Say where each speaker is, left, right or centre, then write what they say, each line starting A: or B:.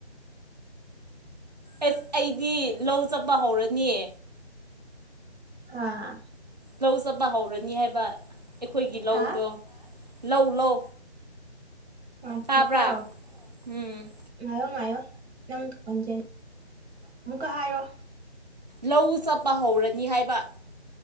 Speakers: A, on the right; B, on the right.
A: ꯑꯦꯁ ꯑꯩꯗꯤ ꯂꯧ ꯆꯠꯄ ꯍꯧꯔꯅꯤꯌꯦ
B: ꯑꯥ
A: ꯂꯧ ꯆꯠꯄ ꯍꯧꯔꯅꯤ ꯍꯥꯏꯕ ꯑꯩꯈꯣꯏꯒꯤ ꯂꯧꯗꯣ
B: ꯍꯥ
A: ꯂꯧ ꯂꯧ
B: ꯑ
A: ꯇꯥꯕ꯭ꯔꯥ
B: ꯀꯀꯣ
A: ꯎꯝ
B: ꯉꯌꯣ ꯉꯌꯣ ꯅꯪ ꯍꯣꯟꯖ ꯑꯃꯨꯛꯀ ꯍꯥꯏꯔꯣ
A: ꯂꯧ ꯆꯞꯄ ꯍꯧꯔꯅꯤ ꯍꯥꯏꯕ